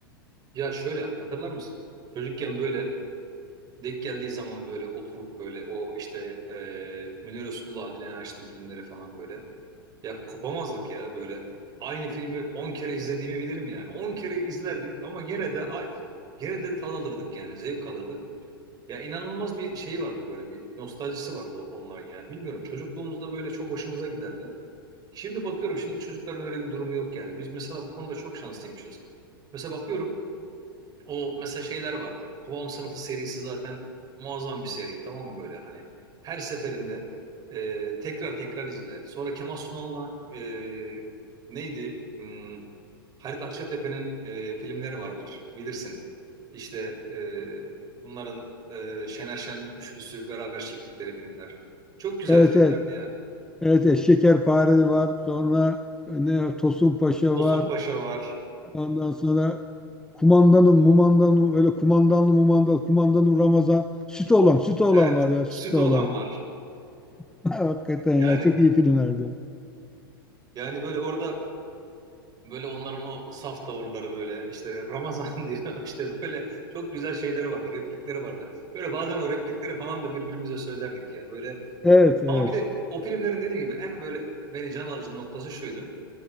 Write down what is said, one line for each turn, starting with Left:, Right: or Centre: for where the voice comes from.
Right: Ya şöyle hatırlar mısın? Çocukken böyle denk geldiği zaman böyle oturup böyle o işte eee Münir Özkul'la Adile Naşit'in filmleri falan böyle. Ya kopamazdık ya böyle aynı filmi 10 kere izlediğimi bilirim yani. on kere izlerdik ama gene de a- gene de tad alırdık yani zevk alırdık. Ya inanılmaz bir şey vardı böyle bir nostaljisi vardı o- onların ya. Bilmiyorum çocukluğumuzda böyle çok hoşumuza giderdi. Şimdi bakıyorum şimdiki çocukların öyle bir durumu yok yani. Biz mesela bu konuda çok şanslıymışız. Mesela bakıyorum o mesela şeyler vardı. Havam Sınıfı serisi zaten muazzam bir seri tamam mı böyle hani. Her seferinde e, tekrar tekrar izle. Sonra Kemal Sunal'la e, neydi? Hmm, Halit Akçatepe'nin e, filmleri vardır bilirsin. İşte e, bunların e, Şener Şen üçlüsü beraber çektikleri filmler. Çok güzel
Centre: Evet,
Right: filmlerdi
Centre: evet,
Right: ya.
Centre: evet, evet. Şekerpare var, sonra ne Tosun Paşa
Right: Tosun
Centre: var,
Right: Paşa var.
Centre: ondan sonra kumandanım, mumandanım, öyle kumandanlı, mumandan, kumandanım Ramazan, süt olan, süt olan
Right: Evet.
Centre: var ya, süt
Right: Süt
Centre: olan.
Right: olan var.
Centre: <laughs> Hakikaten
Right: Yani
Centre: ya, çok iyi filmlerdi.
Right: yani böyle orada Böyle onların o saf tavırları böyle işte Ramazan <laughs> diyor işte böyle çok güzel şeyleri vardı replikleri vardı. Böyle bazen o replikleri falan da birbirimize söylerdik ya böyle.
Centre: Evet, evet.
Right: Ama bir de o filmlerin dediğim gibi en böyle beni can alıcı noktası şuydu.